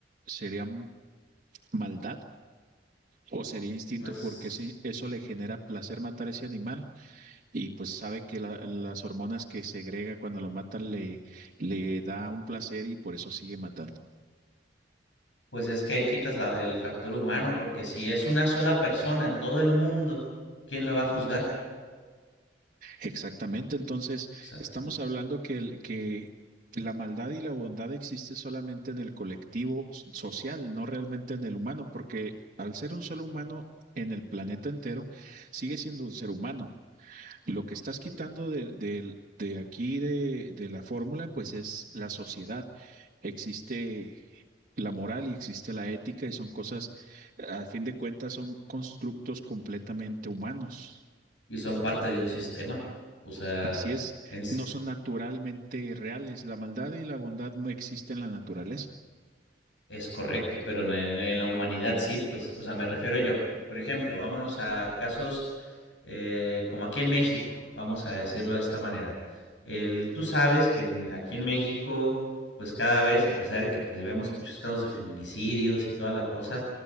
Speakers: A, on the right; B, on the left.
A: ¿Sería m- maldad? ¿O sería instinto
B: Pues
A: porque sí, eso le genera placer matar ese animal? y pues sabe que la- las hormonas que segrega cuando lo mata le, le da un placer y por eso sigue matando.
B: Pues es que ahí quitas la- el factor humano, porque si es una sola persona en todo el mundo, ¿quién lo va a juzgar?
A: Exactamente, entonces
B: Exactamente.
A: estamos hablando que, el- que la maldad y la bondad existe solamente en el colectivo s- social, no realmente en el humano, porque al ser un solo humano en el planeta entero, sigue siendo un ser humano. Lo que estás
B: sí.
A: quitando de, del- de aquí de de la fórmula, pues es la sociedad. existe la moral y existe la ética y son cosas, a fin de cuentas, son constructos completamente humanos.
B: y son parte de un sistema. O sea,
A: Así es,
B: es,
A: no son naturalmente reales. La maldad y la bondad no existen en la naturaleza.
B: es correcto, pero en, en, la humanidad sí, pues. O sea, me refiero yo. Por ejemplo, vámonos a casos eh, como aquí en México, vamos a decirlo de esta manera. El, tú sabes que en, aquí en México, pues cada vez, a pesar de que pues, vemos muchos casos de feminicidios y toda la cosa,